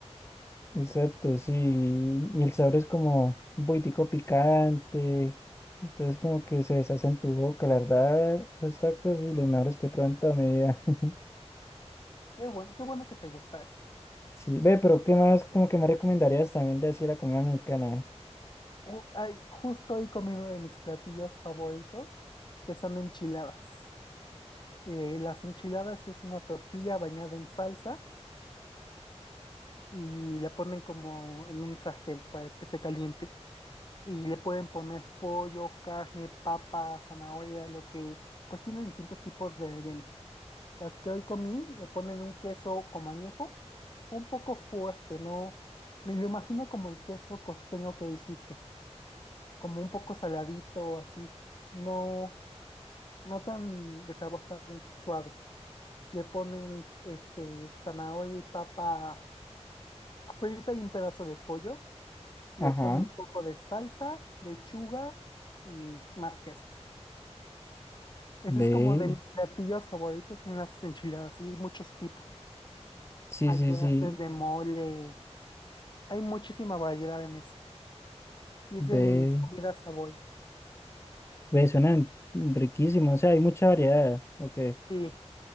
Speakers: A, on the left; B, on the left.
A: Exacto, sí. Y el sabor es como un poquitico picante. Entonces, como que se deshace en tu boca, la verdad. Los tacos y los mejores que he probado en toda mi vida. <laughs>
B: Qué bueno, qué bueno que te gustara.
A: Sí, ve, pero ¿qué más? Como que me recomendarías también de así la comida mexicana.
B: Uh, ay, justo hoy comí uno de mis platillos favoritos, que son enchiladas. Eh, las enchiladas es una tortilla bañada en salsa y la ponen como en un sartén para que se caliente. Y le pueden poner pollo, carne, papa, zanahoria, lo que, pues tiene distintos tipos de rellenos. Las que hoy comí le ponen un queso como añejo, un poco fuerte, ¿no? Me lo imagino como el queso costeño que dijiste, como un poco saladito, así, no, no tan de sabor tan suave. Le ponen este zanahoria y papa frita y un pedazo de pollo. Le
A: Ajá.
B: ponen un poco de salsa, lechuga y más queso. Ese
A: Ve,
B: es como de mis platillos favoritos, son las enchiladas y muchos tipos.
A: sí,
B: Hay
A: sí,
B: verdes
A: sí.
B: de mole. Hay muchísima variedad en eso. Sí, es
A: ve,
B: de mis comidas favoritas.
A: ve suenan riquísimo, o sea, hay mucha variedad, ok,
B: Sí,